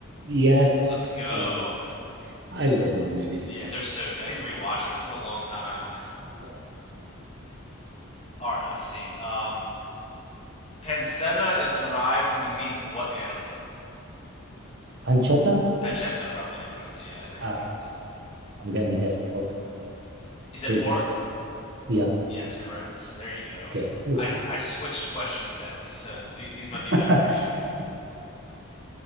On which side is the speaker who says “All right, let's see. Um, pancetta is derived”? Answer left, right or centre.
Left